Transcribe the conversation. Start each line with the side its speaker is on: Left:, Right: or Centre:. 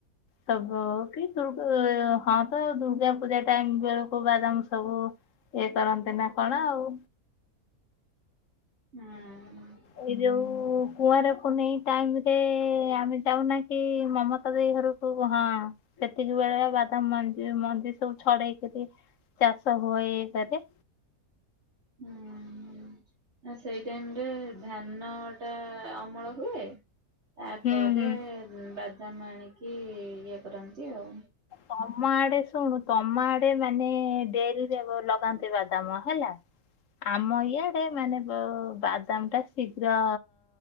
Left: ସବୁ କି ଦୁର୍ଗା ହଁ ତ ଦୁର୍ଗା ପୂଜା ଟାଇମ ବେଳକୁ ବାଦାମ ସବୁ ଇଏ କରନ୍ତି ନା କଣ ଆଉ।
Right: ହଁ।
Left: ଏଇ ଯୋଉ କୁମାର ପୂର୍ଣ୍ଣିମା ଟାଇମ ରେ ଆମେ ଯାଉନା କି ମମତା ଦେଇ ଘରକୁ ହଁ ସେତିକି ବେଳେ ବାଦାମ ମଞ୍ଜି ମଞ୍ଜି ସବୁ ଛଡେଇକରି ଚାଷ ହୁଏ <unintelligible>
Right: ହୁଁ। ସେଇ ଟାଇମ ରେ ଧାନ ଟା ଅମଳ ହୁଏ। ତାପରେ
Left: ହୁଁ ହୁଁ
Right: ବାଦାମ ଆଣିକି ଇଏ କରନ୍ତି ଆଉ।
Left: ତମ ଆଡେ ଶୁଣୁ ତମ ଆଡେ ମାନେ ଡେରିରେ ଲଗାନ୍ତେ ବାଦାମ ହେଲା। ଆମ ଇଆଡେ ମାନେ ବାଦାମ ଟା ଶୀଘ୍ର